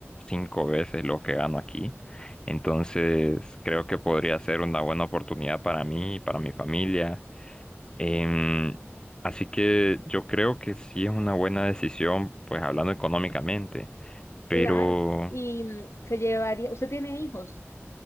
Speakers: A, on the left; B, on the left.
A: cinco veces lo que gano aquí. Entonces creo que podría ser una buena oportunidad para mí, para mi familia. Em, así que yo creo que sí es una buena decisión pues hablando económicamente, pero
B: claro, y mm, se llevaría, ¿usted tiene hijos?